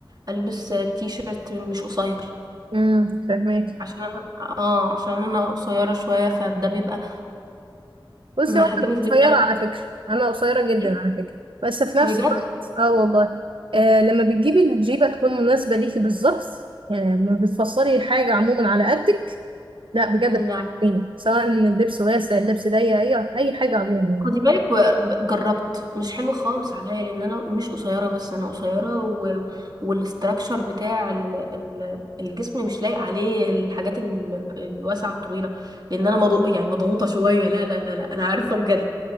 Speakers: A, on the right; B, on the right.
A: البس آه، تي شيرت مش قصير
B: امم فاهمك
A: عشان اه عشان انا قصيره شويه فده بيبقى
B: بصي
A: محجني
B: وانا
A: في اللبس
B: قصيره
A: يعني
B: على فكره انا قصيره جدا
A: إيه؟
B: على فكره بس في نفس
A: بجد
B: الوقت اه والله آه لما بتجيبي الجيبه تكون مناسبه ليكي بالظبط يعني لما بتفصلي الحاجه عموما على قدك لا بجد
A: لا
B: بتبقى جميله سواء اللبس واسع اللبس ضيق اي اي حاجه عموما يعني.
A: خدي بالك و- جربت مش حلو خالص عليا لان انا مش قصيره بس انا قصيره و... والاستراكشر بتاع ال... ال... الجسم مش لايق عليه الحاجات ال... الواسعه الطويله لان انا مضغ... يعني مضغوطه شويه لا لا لا لا انا عارفه بجد